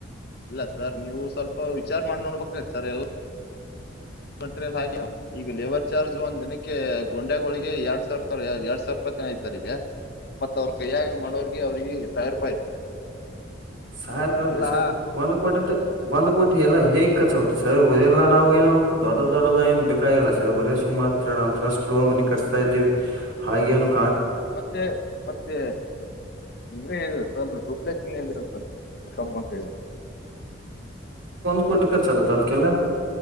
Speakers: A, on the left; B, on the right.
A: ಇಲ್ಲ ಸರ್ ನೀವು ಸ್ವಲ್ಪ ವಿಚಾರ ಮಾಡಿ ನೋಡ್ಬೇಕ ಸರ್ ಎಲ್ಲ. ಮೆಟೀರಿಯಲ್ ಹಾಕಿ ನೀವ ಈಗ ಲೇಬರ್ ಚಾರ್ಜ್ ಒಂದ ದಿನಕ್ಕೆ ಗಂಡೆಗಳಳಿಗೆ ಎರಡ್ ಸಾವಿರ ತ ಎರಡ್ ಸಾವಿರ ರೂಪಾಯಿ. <unintelligible> ಆಯ್ತ ತರ ಈಗ ಮತ್ ಅವ್ರ ಕೈಯ್ಯಾಗ ಮಾಡೋರ್ಗೆ ಅವ್ರಿಗೆ ಸಾವಿರ ರೂಪಾಯಿ ಆಯ್ತಿ ಸರ್.
B: ಸರ್ ಬರ್ಲಿರಿ
A: ಎಲ್ಲಾ
B: ಸರ್ ಒಂದ್ ಕೋಟಿ ಅಂತ ಒಂದ್ ಕೋಟಿ ಎಲ್ಲಾ ಹೇಗ್ ಕರ್ಚ ಆಗುತ್ತ ಸರ್ ಅವು. <unintelligible> ನಾವು ಏನು ದೊಡ್ಡ ದೊಡ್ಡ ಆಗಿ ಏನ ಬೇಕಾಗಿಲ್ಲ ಸರ್ ಬರ ಸುಮ್ <unintelligible> ಒಂದ ಟ್ರಸ್ಟ್ ಫ್ಲೋರ್ ಮನಿ ಕಟ್ಟಿಸ್ತಾ ಇದ್ದೀವಿ. ಹಾಗೆ ನು.
A: ಮತ್ತೆ ಮತ್ತೆ ನೀವೇ ಹೇಳಿ ಸರ್ ದುಪ್ಲೆಕ್ಸ್. <unintelligible> <unintelligible>
B: ಉಟಕೆ ಖರ್ಚ ಆಗುತ್ತ ಅದ್ಕ್ಕೆಲ್ಲ.